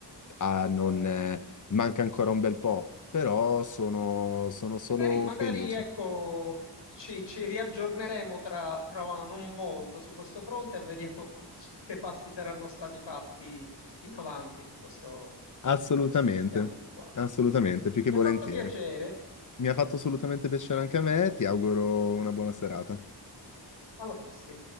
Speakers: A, on the left; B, on the left.
A: ah, non,
B: Eh,
A: eh, manca ancora un bel po', però sono, sono solo
B: magari, magari,
A: felice.
B: ecco, ci, ci riaggiorneremo tra, tra non molto su questo fronte e vediamo <laughs> che passi saranno stati fatti in avanti su questo,
A: Assolutamente,
B: in que- su questi ambiti qua.
A: assolutamente, più che
B: Mi
A: volentieri.
B: ha fatto piacere.
A: Mi ha fatto assolutamente piacere anche a me, ti auguro una buona serata.
B: Alla prossima.